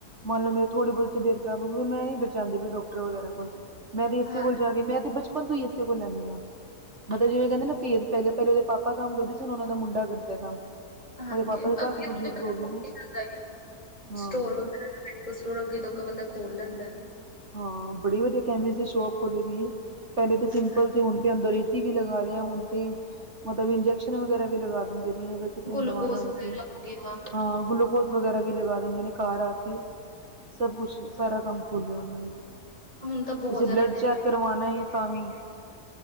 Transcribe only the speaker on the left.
ਸਕਦਾ
ਹਾਂ
ਹਾਂਜੀ,
ਅੱਗੇ
ਨਾ <unintelligible>
ਕਰਦਾ
ਸਟੋਰ ਵ ਪ ਮੈਡੀਕਲ ਸਟੋਰ ਅੱਗੇ ਤੋਂ ਇੱਕ ਬੰਦਾ ਖੋਲ੍ਹ ਲੈਂਦਾ।
ਹਾਂਜੀ
ਗਲੂਕੋਸ
ਵਗੈਰਾ
ਹੋ ਗਿਆ
ਹੁਣ ਤਾਂ ਬਹੁਤ
ਜ਼ਿਆਦਾ
ਪੈਸੇ